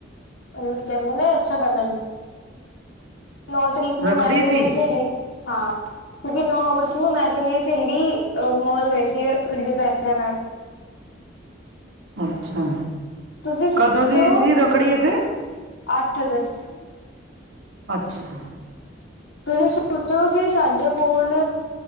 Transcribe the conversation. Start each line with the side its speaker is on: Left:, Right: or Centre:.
Left: ਓਨੂੰ ਕੀ ਕੇਂਦੇ ਨੇ ਰਕਸ਼ਾ ਬੰਦਨ ਨੌ ਤਰੀਕ ਨੂੰ
Right: ਰੱਖੜੀ
Left: ਮੈਂ ਤੇ
Right: ਸੀ
Left: ਮੇਰੀ ਸੇਲੀ ਹਾਂ ਕਿਉਂਕਿ ਨੌ ਅਗਸਤ ਨੂੰ ਮੈਂ ਤੇ ਮੇਰੀ ਸੇਲੀ ਅ ਮੋਲ ਗਏ ਸੀ ਰੱਖੜੀ ਦੇ ਪੈਸਆਂ ਨਾਲ
Right: ਅੱਛਾ।
Left: ਤੁਸੀਂ ਸੋਚੋ
Right: ਕਦੋਂ ਦੀ ਸੀ ਰੱਖੜੀ ਇੱਥੇ
Left: ਅੱਠ ਅਗਸਤ
Right: ਅੱਛਾ।
Left: ਤੁਸੀਂ ਸੋਚੋ ਕਿ ਸਾਡੇ ਕੋਲ